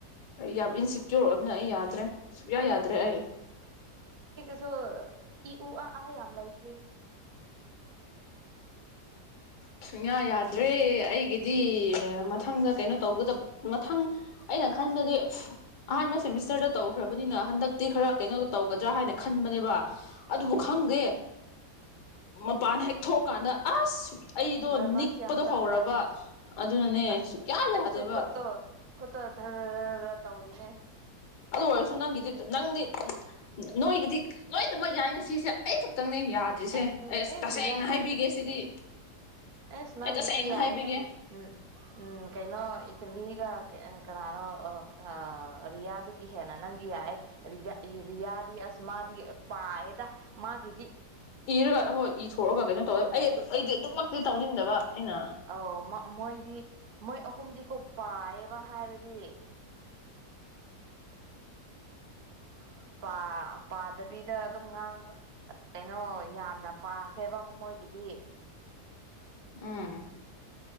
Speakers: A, on the left; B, on the right.
A: ꯌꯥꯝ ꯏꯟꯁꯤꯀ꯭ꯌꯣꯔ ꯑꯩ ꯌꯥꯗ꯭ꯔꯦ ꯁꯨꯡꯌꯥ ꯌꯥꯗ꯭ꯔꯦ ꯑꯩ
B: ꯇꯣ ꯏ ꯎ ꯑ ꯑꯥ ꯌꯥꯝ ꯂꯩꯈꯔ꯭ꯦ
A: ꯁꯨꯡꯌꯥ ꯌꯥꯗ꯭ꯔꯦ ꯑꯩꯒꯤꯗꯤ ꯃꯊꯪꯗ ꯀꯩꯅꯣ ꯇꯧꯒꯗꯕ ꯃꯊꯪ ꯑꯩꯅ ꯈꯟꯕꯗꯤ ꯑꯍꯥꯟꯕ ꯁꯦꯃꯤꯁꯇꯔꯗ ꯇꯧꯈ꯭ꯔꯕꯅꯤꯅ ꯍꯟꯗꯛꯇꯤ ꯈꯔ ꯀꯩꯅꯣꯗ ꯇꯧꯒꯗ꯭ꯔꯥ ꯍꯥꯏꯅ ꯈꯟꯕꯅꯦꯕ ꯑꯗꯨꯕꯨ
B: ꯎꯝ
A: ꯈꯪꯗꯦ ꯃꯄꯥꯟ ꯍꯦꯛ ꯊꯣꯛꯑꯀꯥꯟꯗ ꯑꯁ ꯑꯩꯗꯣ
B: ꯅꯔꯚꯥꯁ
A: ꯅꯤꯛꯄꯗꯣ
B: ꯌꯥꯝ ꯆꯠꯂꯦ
A: ꯍꯧꯔꯕ ꯑꯗꯨꯅꯅꯦ
B: ꯑꯁ
A: ꯁꯨꯛꯌꯥ
B: ꯑꯩꯁꯨ
A: ꯌꯥꯗꯦꯕ
B: ꯈꯨꯠꯇꯣ ꯈꯣꯠꯇꯣ ꯙꯔꯔ ꯇꯧꯔꯤꯅꯦ
A: ꯑꯗꯨ ꯑꯣꯏꯔꯁꯨ ꯅꯪꯒꯤꯗꯤ ꯅꯪꯗꯤ ꯅꯣꯏꯒꯤꯗꯤ ꯂꯣꯏꯅꯃꯛꯌꯥꯏ ꯉꯁꯤꯁꯦ ꯑꯩ ꯈꯛꯇꯪꯅꯦ ꯌ ꯌꯥꯗ꯭ꯔꯤꯁꯦ
B: ꯑꯩꯁ
A: ꯑꯩ ꯑꯁ
B: ꯑꯩꯁ
A: ꯇꯁꯦꯡꯅ ꯍꯥꯏꯕꯤꯒꯦ ꯁꯤꯗꯤ
B: ꯑꯁ ꯅꯪꯒꯤꯁꯨ
A: ꯑꯩ ꯇꯁꯦꯡꯅ
B: ꯌꯥꯏ
A: ꯍꯥꯏꯕꯤꯒꯦ
B: ꯍꯦ ꯎꯝ ꯎꯝ ꯀꯩꯅꯣ ꯀꯩꯅꯣ ꯏꯇꯂꯤꯒ ꯀꯩ ꯑꯥ ꯀꯅꯥꯅꯣ ꯑꯣ ꯑꯥ ꯔꯤꯌꯥꯗꯒꯤ ꯍꯦꯟꯅ ꯅꯪꯒꯤ ꯌꯥꯏ ꯔꯤꯌꯥ ꯔꯤꯌꯥꯗꯤ ꯑꯁ ꯃꯥꯗꯤ ꯄꯥꯏꯌꯦꯗ ꯃꯥꯒꯤꯗꯤ
A: ꯏꯔꯒ ꯍꯣꯏ ꯏ ꯊꯣꯛꯛꯑꯒ ꯀꯩꯅꯣ ꯇꯧꯋꯦ ꯑꯩ ꯑꯗꯨ ꯑꯩꯗꯤ ꯑꯗꯨꯛꯃꯛꯇꯤ ꯇꯧꯅꯤꯡꯗꯕ ꯑꯩꯅ
B: ꯑꯧ ꯃ ꯃꯣꯏꯗꯤ ꯃꯣꯏ ꯑꯍꯨꯝꯗꯤꯀꯣ ꯄꯥꯏꯌꯦꯕ ꯍꯥꯏꯔꯗꯤ <inaudible> ꯄꯥ ꯄꯥꯗꯕꯤꯗ ꯑꯗꯨꯝ ꯉꯥꯡꯕ ꯀꯩꯅꯣ ꯌꯥꯝꯅ ꯄꯥꯈ꯭ꯔꯦꯕ ꯃꯣꯏꯒꯤꯗꯤ
A: ꯎꯝ